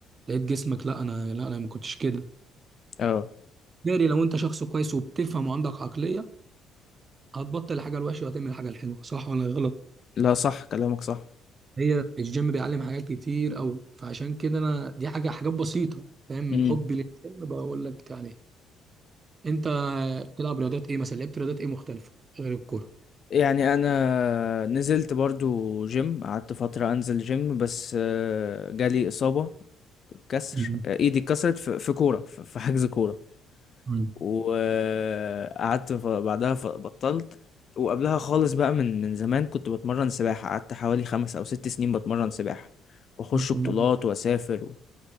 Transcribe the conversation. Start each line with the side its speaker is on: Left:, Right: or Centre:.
Right: لقيت جسمك لا انا لا انا ما كنتش كده
Left: آه،
Right: داري لو انت شخص كويس وبتفهم وعندك عقليه هتبطل الحاجه الوحشه وهتعمل الحاجه الحلوه صح ولا غلط
Left: لا صح كلامك صح،
Right: هي الجيم بيعلم حاجات كتير قوي فعشان كده انا دي حاجه حاجات بسيطه فاهم من
Left: إمم،
Right: حبي للجيم بقول لك عليها انت بتلعب رياضات ايه مثلا لعبت رياضات ايه مختلفه غير الكوره
Left: يعني أنا نزلت برضه gym قعدت فترة أنزل gym بس آه، جالي إصابة كسر،
Right: مم.
Left: آه، إيدي اتكسرت في في كورة ف في حجز كورة،
Right: مم.
Left: وقعدت ف بعدها ف بطلت، وقبلها خالص بقى من من زمان كنت باتمرن سباحة، قعدت حوالي 5 أو 6 سنين باتمرن سباحة، وأخش بطولات
Right: مم.
Left: وأسافر و